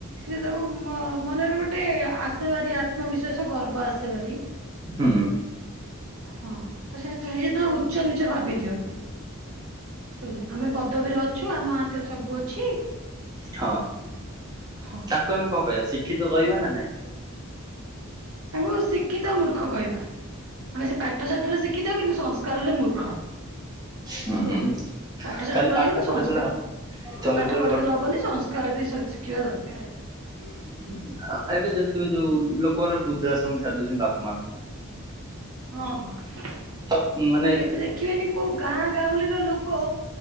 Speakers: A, on the right; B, on the right.
A: ସେ ତାକୁ ମ ମନରେ ଗୋଟେ ଆସେବାରି ଆତ୍ମବିଶ୍ଵାସ ଗର୍ବ ଆସେବାରି
B: ହୁଁ।
A: ହଁ ତ ସେତ ହେଇ ଉଚ ନିଚ ଭାବି ଦିଅନ୍ତିୁି, ସଇଲା ଆମେ ପଦବୀରେ ଅଛୁ ଆମ ହାତରେ ସବୁ ଅଛି
B: ହଁ। ତାଙ୍କୁ
A: ହଁ
B: ଆମେ କଣ କହିବା ଶିକ୍ଷିତ କରିବାହ ନା ନାଇଁ?
A: ତାଙ୍କୁ ଶିକ୍ଷିତ ମୂର୍ଖ କହିବା। ମାନେ ସେ ପାଠ ସାଠରେ ଶିଖିତ କିନ୍ତୁ ସଂସ୍କାରରେ ମୂର୍ଖ।
B: ହୁଁ
A: ବୁଝିପାଇଲେ ପାଠ ସାାଠ
B: ଖାଲି
A: ପଢି
B: ପାଠ
A: କିନ୍ତୁ
B: ପଢିଦେଲେ
A: ସଂସ୍କାର
B: ହବ ଚରିତ୍ର
A: ପାଠ ପଢିଦେଲେ
B: ବି
A: ହବନି ସଂସ୍କାର କାର ବି ସବୁ ଶି କିିବା ଦରକାରେ।
B: <inaudible> ଏବେ ଦେଖୁଥିବେ ଯୋଉ ଲୋକମାନେ ବୃଦ୍ଧାଶ୍ରମ ଛାଡି ଦଉଛନ୍ତି ବାପା ମା
A: ହଁ ହଁ।
B: ତ ମନେ
A: କେବେ ଦେଖିବେନି କୋଉ ଗାଁ ଗାାଉଁଲିର ଲୋକ